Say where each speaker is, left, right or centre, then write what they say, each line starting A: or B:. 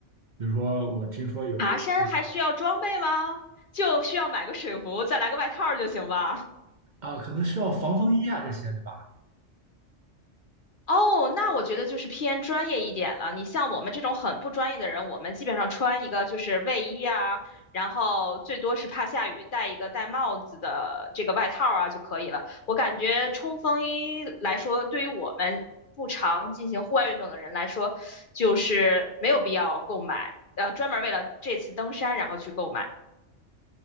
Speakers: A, on the right (about 50°); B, on the left (about 50°).
A: 比如说，我听说有那个
B: 爬山还需要装备吗？就需要买个水壶，再来个外套儿就行吧。
A: 啊，可能需要防风衣啊这些，对吧？
B: 哦，那我觉得就是偏专业一点了。你像我们这种很不专业的人，我们基本上穿一个就是卫衣啊，然后最多是怕下雨戴一个戴帽子的这个外套啊就可以了。我感觉冲锋衣来说，对于我们不常进行户外运动的人来说，就是没有必要购买，呃，专门为了这次登山然后去购买。